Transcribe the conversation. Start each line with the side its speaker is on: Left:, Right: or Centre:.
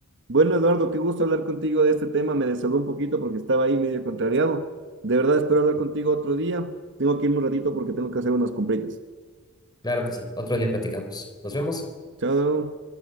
Right: Bueno, Eduardo, qué gusto hablar contigo de este tema. Me desahogó un poquito porque estaba ahí medio contrariado. De verdad, espero hablar contigo otro día. Tengo que irme un ratito porque tengo que hacer unas compritas.
Left: Claro que sí. Otro día platicamos. Nos vemos.
Right: Chao.